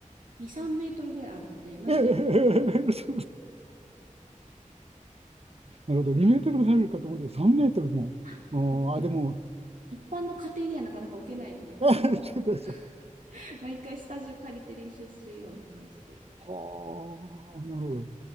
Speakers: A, on the right (about 75°); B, on the right (about 50°).
A: 2、3メートルぐらいあるので、
B: <laughs>
A: まあちょっとい、
B: ええそうですなるほど、2メートル入るかと思ったけど、3メートルも。
A: はいなんかい
B: あーあ、でも、
A: 一般の家庭にはなかなか置けないので、やっぱその、
B: <laughs> えっ
A: <laughs> 毎回スタジオ借りて練習するような感じで。
B: はあ、なるほど。